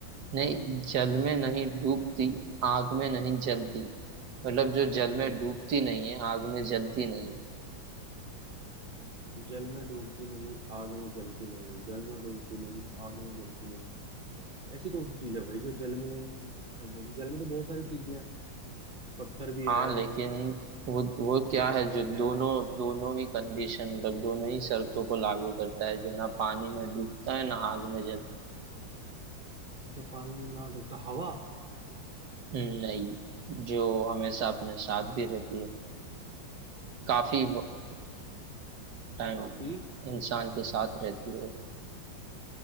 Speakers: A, on the right; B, on the right.
A: नहीं जल में नहीं डूबती आंख में नहीं जलती मतलब जो जल
B: ओके
A: में डूबती नहीं है आग में जलती नहीं है
B: जल में डूबती नहीं आग में जलती नहीं जल में डूबती नहीं आग में जलती नहीं ऐसी कौन सी चीज है भाई जो जल में डूबेगी जल में तो बहुत सारी चीजें हैं पत्थर भी
A: हाँ
B: है
A: लेकिन वो वो क्या
B: लोहा
A: है जो
B: भी है
A: दोनों दोनों ही कंडीशन मतलब दोनों ही शर्तों को लागू करता है जो ना पानी में डूबता है ना आग में जलता है
B: जो पानी में ना डूबता हवा
A: नहीं जो हमेशा अपने साथ भी रहती है काफी टाइम
B: काफी
A: इंसान के साथ रहती है वो